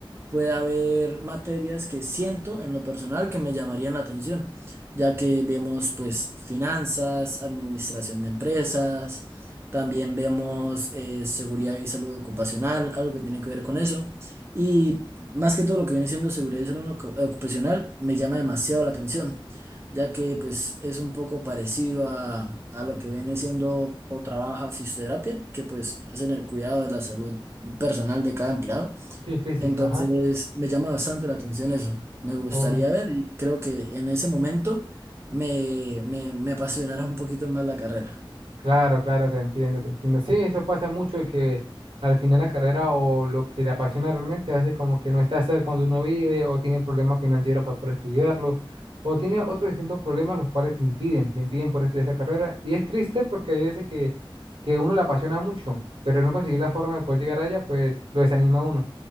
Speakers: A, on the right; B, on the right.
A: puede haber materias que siento en lo personal que me llamarían la atención, ya que vemos pues finanzas, administración de empresas, también vemos eh, seguridad y salud ocupacional, algo que tiene que ver con eso. Y más que todo lo que viene siendo seguridad y salud ocu- ocupacional me llama demasiado la atención, ya que pues es un poco parecido a, a lo que viene siendo o trabaja fisioterapia, que pues es en el cuidado de la salud personal de cada empleado.
B: Sí, física,
A: Entonces me llama bastante la atención eso. Me gustaría
B: ajá.
A: ver y creo que en ese momento me, me, me apasionará un poquito más la carrera.
B: Claro, claro, te entiendo, te entiendo. Sí, eso pasa mucho de que al final la carrera o lo que le apasiona realmente a veces como que no está cerca donde uno vive o tiene problemas financieros para poder estudiarlo o tiene otros distintos problemas los cuales te impiden, te impiden poder estudiar esa carrera. Y es triste porque hay veces que, que uno le apasiona mucho, pero no conseguir la forma de poder llegar allá, pues lo desanima a uno.